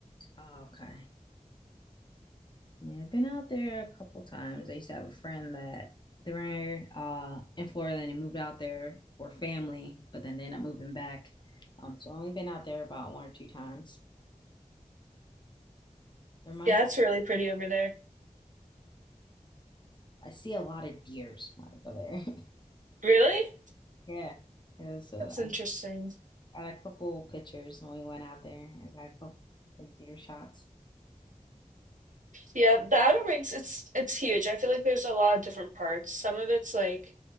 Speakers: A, on the left (about 35°); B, on the right (about 70°).
A: Oh, okay. Yeah, I've been out there a couple times. I used to have a friend that they were uh, in Florida and they moved out there for family, but then they ended up moving back. Um, so I've only been out there about one or two times. It reminds
B: Yeah, it's really pretty over there.
A: I see a lot of deers when I go there. <laughs>
B: Really?
A: Yeah. Yeah, so
B: That's interesting.
A: I got a couple pictures when we went out there. I got a couple like deer shots.
B: Yeah, the Outer Banks, it's it's huge. I feel like there's a lot of different parts. Some of it's like